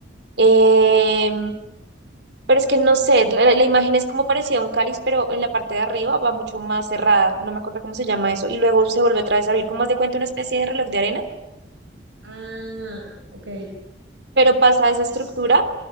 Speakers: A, on the right; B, on the right.
A: eh, pero es que no sé, la, la- la imagen es como parecida a un cáliz, pero en la parte de arriba va mucho más cerrada, no me acuerdo cómo se llama eso, y luego se vuelve otra vez a abrir, como haz de cuenta una especie de reloj de arena,
B: Ah, ok.
A: pero pasa esa
B: Sí,
A: estructura